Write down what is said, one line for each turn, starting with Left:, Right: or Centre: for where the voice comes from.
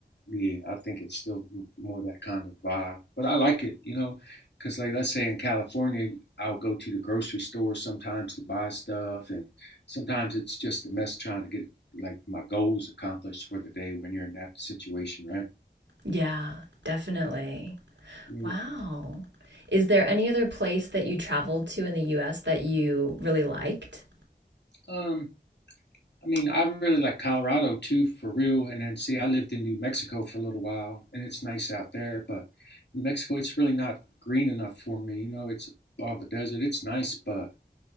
Left: yeah, I think it's still m- more that kind of vibe. But I like it, you know, because like let's say in California, I'll go to the grocery store sometimes to buy stuff, and sometimes it's just a mess trying to get like my goals accomplished for the day when you're in that situation, right?
Right: yeah, definitely.
Left: hmm
Right: Wow. Is there any other place that you traveled to in the US that you really liked?
Left: Um, I mean, I really like Colorado too, for real. And then, see, I lived in New Mexico for a little while, and it's nice out there, but New Mexico, it's really not green enough for me. You know, it's all the desert. It's nice, but